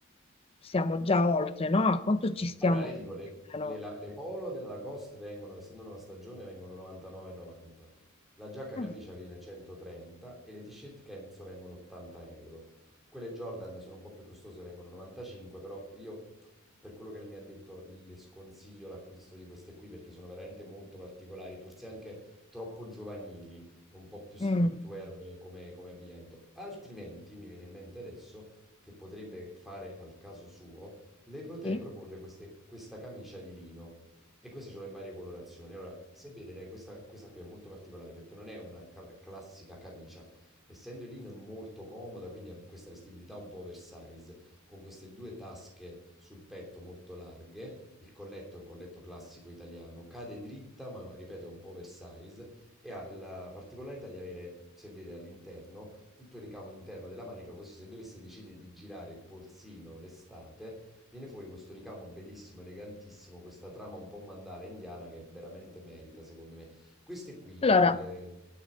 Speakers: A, on the left; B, in the centre.
A: stiamo già oltre, no? A quanto ci stiamo
B: Allora, le dico, le,
A: più o meno?
B: le la- le polo della Lacoste vengono, essendo una stagione, vengono 99,90. La giacca
A: Mm,
B: camicia viene 130 e le t-shirt Kenzo vengono 80 euro. Quelle Jordan sono un po' più costose, vengono 95, però io, per quello che lei mi ha detto, le sconsiglio l'acquisto di queste qui perché sono veramente molto particolari, forse anche troppo giovanili, un po' più streetwear
A: mm,
B: come come abbigliamento. Altrimenti, mi viene in mente adesso, che potrebbe fare al caso suo le potrei
A: sì.
B: proporre queste- questa camicia di lino e questa ce l'ho in varie colorazioni. Allora, se vedete, questa, questa qui è molto particolare perché non è una cal- classica camicia, essendo il lino è molto comoda, quindi ha questa vestibilità un po' oversize, con queste due tasche sul petto molto larghe, il colletto è un colletto classico italiano, cade dritta, ma ripeto, è un po' oversize e ha la particolarità di avere, se vede all'interno, tutto il ricamo interno della manica, così se dovesse decidere di girare il polsino l'estate, Viene fuori questo ricamo bellissimo, elegantissimo, questa trama un po' mandala indiana che veramente merita, secondo me. Queste qui
A: Allora,
B: eh,